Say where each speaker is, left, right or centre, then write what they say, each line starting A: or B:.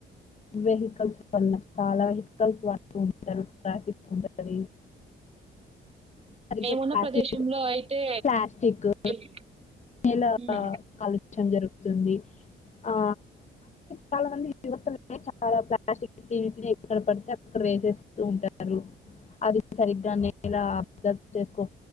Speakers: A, on the left; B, on the right.
A: వెహికల్స్ వల చాలా వెహికల్స్ వాడుతూ ఉంటారు ట్రాఫిక్ ఉంటది సరిగా
B: మేమున్న
A: ప్లాస్టిక్
B: ప్రదేశంలో అయితే
A: ప్లాస్టికు
B: ఎప్
A: ఎలా
B: హ్మ్.
A: కలు చం జరుగుతుంది ఆ చాలామంది యువతలె నే చాలా ప్లాస్టిక్ని ఎక్కడ పడితే అక్కడ వేసేస్తూ ఉంటారు అది సరిగ్గ నేల గద్ చేసుకో